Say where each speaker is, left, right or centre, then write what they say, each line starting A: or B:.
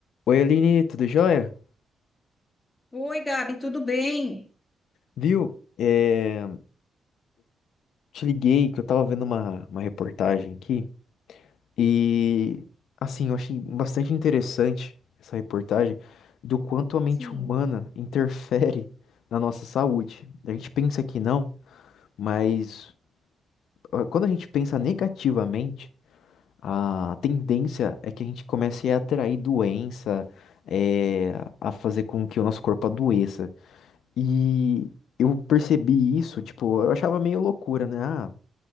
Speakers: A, on the left; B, on the left.
A: Oi, Aline, tudo jóia?
B: Oi, Gabi, tudo bem?
A: Viu? É, te liguei que eu tava vendo uma, uma reportagem aqui e, assim, eu achei bastante interessante essa reportagem do quanto a mente
B: Sim,
A: humana interfere na nossa saúde. A gente pensa que não, mas ah, quando a gente pensa negativamente, a tendência é que a gente comece a atrair doença, é, a fazer com que o nosso corpo adoeça. E eu percebi isso, tipo, eu achava meio loucura, né? Ah,